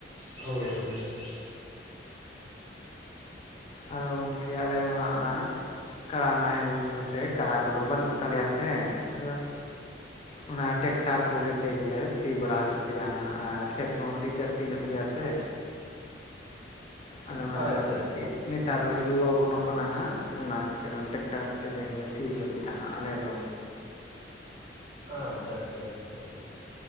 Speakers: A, on the right (about 30°); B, on the left (about 35°).
A: ᱦᱳᱭ ᱦᱳᱭ ᱦᱳᱭ
B: ᱟᱫᱚ ᱜᱚᱢᱠᱮ ᱟᱞᱮ ᱫᱚ ᱦᱟᱸᱜ ᱟᱸᱻ ᱠᱟᱲᱟ ᱱᱟᱦᱮᱞ ᱢᱮᱥᱮ ᱠᱟᱲᱟ ᱠᱚᱫᱚ ᱵᱟᱹᱱᱩᱜ ᱠᱚ ᱛᱟᱞᱮᱭᱟ ᱥᱮ ᱟᱫᱚ ᱚᱱᱟ ᱴᱮᱠᱴᱟᱨ ᱠᱚᱜᱮ ᱛᱮᱜᱮᱞᱮ ᱥᱤ ᱵᱟᱲᱟ ᱦᱚᱪᱚ ᱠᱮᱫᱟ ᱟᱨ ᱠᱷᱮᱛ ᱠᱚᱦᱚᱸ ᱠᱟᱹᱴᱤᱡ ᱡᱟᱹᱥᱛᱤ ᱧᱚᱜ ᱜᱮᱭᱟ ᱥᱮ, ᱟᱞᱮ ᱚᱲᱟᱜ
A: ᱟᱪᱪᱷᱟ
B: ᱨᱮᱦᱚᱸ ᱠᱟᱹᱴᱤᱡ
A: ᱟᱪᱪᱷᱟ
B: ᱱᱮᱛᱟᱨ ᱫᱚ ᱟᱹᱰᱤ ᱞᱚᱜᱚᱱᱚᱜ ᱠᱟᱱᱟ ᱦᱟᱸᱜ ᱚᱱᱟ ᱠᱷᱟᱹᱛᱤᱨ ᱚᱱᱟ ᱴᱮᱠᱴᱟᱨ ᱛᱮᱜᱮ ᱞᱮ ᱥᱤ ᱚᱪᱚ ᱠᱮᱫᱟ ᱦᱟᱸᱜ ᱟᱞᱮ ᱫᱚ
A: ᱟᱪᱪᱷᱟ ᱟᱪᱪᱷᱟ ᱪᱷᱟᱷᱟ ᱟᱪᱪᱷᱟ ᱟᱪᱪᱷᱟ